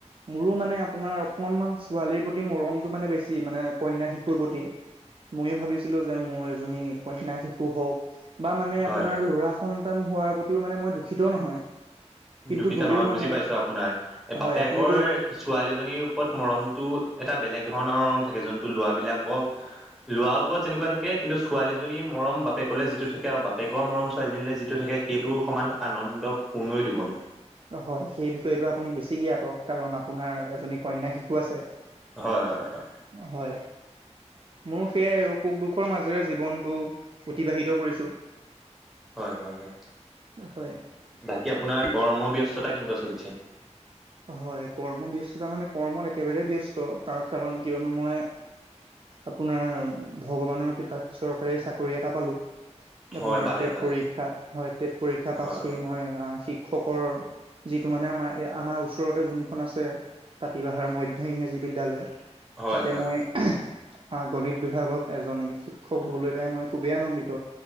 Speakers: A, on the right; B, in the centre.
A: মোৰো মানে আপোনাৰ অকনমান ছোৱালীৰ প্ৰতি মৰমটো মানে বেছি মানে কন্যা শি শিশুৰ প্ৰতি ময়ো ভাবিছিলো যে মোৰ এজনী কন্যা শিশু হওক। বা মানে আপোনাৰ
B: হয় হয়
A: লৰা সন্তান হোৱাৰ প্ৰতিও মানে মই দুখিত নহয়। কিন্তু
B: দুখিতা
A: হ'লেও
B: নহয়
A: মানে
B: বুজি পাইছো আপোনাৰ এ বাপেকৰ
A: হয় আপুনিতো
B: ছোৱালীজনীৰ ওপৰত মৰমটো এটা বেলেগ ধৰণৰ থাকে যোনটো ল'ৰা বিলাকক লৰাৰ ওপৰত যেনেকুৱা থাকে কিন্তু ছোৱালীজনী মৰম বাপেকলে যিটো থাকে বাপেকৰ মৰম ছোৱালীজনীলৈ যিটো থাকে সেইটো সমান আনন্দ কোনোৱে দিব নোৱাৰে।
A: হয় সেই বিষয়েটো আপুনি বেছি জ্ঞাতক কাৰণ আপোনাৰ এজনী কন্যা শিশু আছে।
B: হয় হয় হয়।
A: হয় মোৰ সেয়াই আৰু সুখ দুখৰ মাজেৰে জীৱনটো অতিবাহিত কৰিছো।
B: হয়, হয়, হয়,
A: হয়
B: বাকী আপোনাৰ কৰ্মব্যস্ততা কেনেকুৱা চলিছে?
A: হয় কৰ্ম ব্যস্ততা মানে কৰ্মত একেবাৰে ব্যস্ত তাৰ কাৰণ কিয়নো মই আপোনাৰ ভগৱানৰ কৃপাত চৰকাৰী চাকৰি এটা পালো। আপোনাৰ
B: হয় পালে
A: টেট
B: পালে
A: পৰীক্ষা হয় টেট পৰীক্ষা পাছ
B: হয় হয়।
A: কৰি মই শিক শ্ষকৰ যিটো মানে আমাৰ আমাৰ <unintelligible> ওচৰতে যোনখন আছে কাতিবাহাৰ মধ্য ইংৰাজী বিদ্যালয়
B: হয়
A: তাতে
B: হয়
A: মই আহ আ গণিত বিভাগত এজন শিক্ষক হ'বলৈ পাই মই খুবেই আনন্দিত।